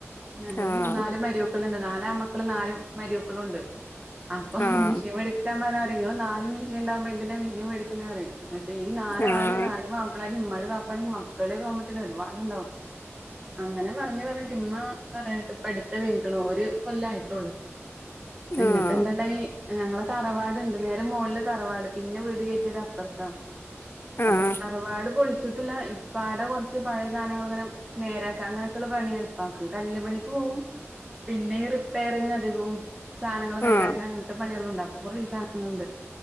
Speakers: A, on the right; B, on the left.
A: ഞങ്ങള്
B: ആഹ്
A: മൂന്നാല് മരിമക്കളുണ്ട്. നാല് ആൺമക്കളും നാല് മരിമക്കളുംണ്ട്. അപ്പൊ
B: ആഹ്
A: മിഷീൻ മടക്കാൻ പറങ്ങള് നാല് മെഷീൻ ഉണ്ടാവുമ്പോ എന്തിനാ മെഷീൻ മേടിക്കുന്നത് പറയും പക്ഷേ ഈ നാലാള്
B: ആഹ്
A: നാല് മാപ്പിളാരും ഇമ്മാള ബാപ്പട മക്കള് പോകുമ്പോത്തന്നെ ഒരുപാട്ണ്ടാവും അങ്ങനെ പറഞ്ഞ് പറഞ്ഞിട്ട് ഇമ്മ പറഞ്ഞിട്ട് ഇപ്പം അടുത്ത വീണേക്ക്ണൂ <unintelligible> ഒരു കൊല്ലായിട്ടള്ളു എന്നിട്ട്
B: ആഹ്
A: എന്തുണ്ടായി ഞങ്ങള തറവാടുണ്ട് നേരെ മുകളിൽ തറവാട് പിന്നെ വീട് കേറ്റിയത് അപ്പുറത്താ
B: ആഹ്
A: അപ്പൊ തറവാട് പൊളിച്ചിട്ടുല്ല പാട കുറച്ച് പഴയ സാധനങ്ങൾ അങ്ങനെ നേരാ അങ്ങനൊക്കെയുള്ള പണി എളപ്പാക്ക കല്ലുമണി പോവും. പിന്നെ റിപ്പയറിംഗ് അധികവും സാധനങ്ങൾ നേരാക്കാൻ
B: ആഹ്
A: അങ്ങനത്തെ പണികള്ണ്ടാവും. കൊറേ സാധനങ്ങളുണ്ട്